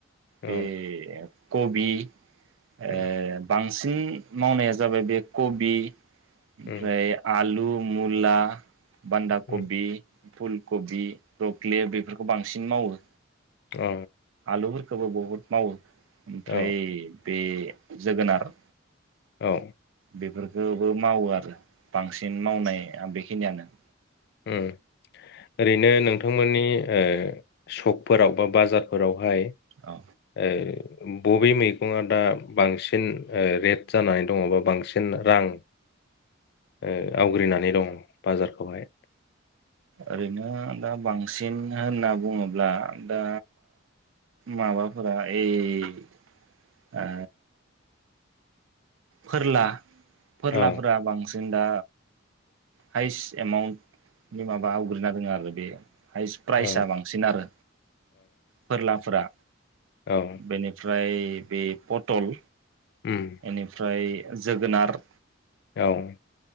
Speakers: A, on the left; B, on the right.
A: औ
B: बे कबि ए
A: उम
B: बां सिन मावनाया जाबाय बे कबि ओमफ्राय
A: उम
B: आलु मुला बान्धा
A: उम
B: कबि फुल कबि ब्रक्ले बेफोरखौ बांसिन मावो।
A: अ।
B: आलुफोरखौबो बुहुत मावो। ओमफ्राय
A: औ
B: बे‌ जोगोनार
A: औ।
B: बेफोरखौबो मावो आरो बांसिन मावनाय आ बेखिनियानो।
A: ओ ओरैनो नोंथांमोननि ओ सकफोराव बा बाजारफोरावहाय
B: औ
A: ए बबे मैगंआ दा बांसिन रेट जानानै दङ बा बांसिन रां ओ आवग्रिनानै दं बाजारफ्रावहाय?
B: ओरैनो दा बांसिन होनना बुङोब्ला दा माबाफोरा ओइ ओ फोरला बोरलाफोरा
A: औ
B: बांस जोंदा हायेस्ट एमाउन्टनि माबा आवग्रिना दङ आरो बे हायस्ट प्राइसआ
A: औ
B: बांसिन आरो फोरलाफोरा
A: औ
B: बेनिफ्राय बे पटल
A: उम
B: एनिफ्राय जोगोनार
A: औ